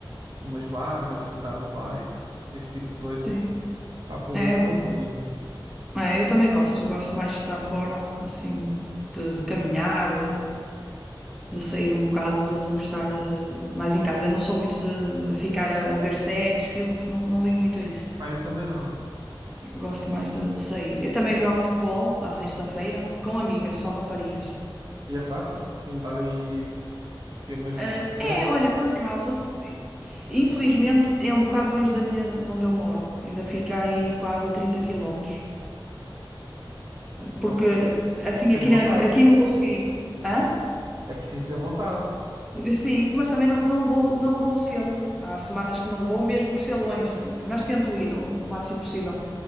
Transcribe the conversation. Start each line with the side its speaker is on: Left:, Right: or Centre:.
Right: umas barras, andar de bike, esse tipo de coisas,
Centre: Sim,
Right: para aproveitar
Centre: é, é bom.
Right: um pouquinho.
Centre: É, eu também gosto, gosto mais de estar fora, assim, de, de caminhar, de de sair um bocado do, do que estar eh, mais em casa. Eu não sou muito de, de ficar a, a ver séries, filmes, não, não ligo muito a isso.
Right: Pá, eu também não.
Centre: Gosto mais de, de sair. Eu também jogo futebol à sexta-feira com amigas, só raparigas.
Right: E é fácil juntar aí que umas
Centre: Ah,
Right: dez
Centre: é, olha, por acaso, i- infelizmente é um bocado longe da minha, de onde eu moro. Ainda fica aí quase a 30 quilómetros. Porque
Right: pô,
Centre: assim
Right: tens
Centre: aqui,
Right: vontade.
Centre: na- aqui não consegui. Hã?
Right: É preciso ter vontade.
Centre: Sim, mas também não, não vou, não vou sempre. Há semanas que não vou, mesmo por ser longe, mas tento ir o, o máximo possível.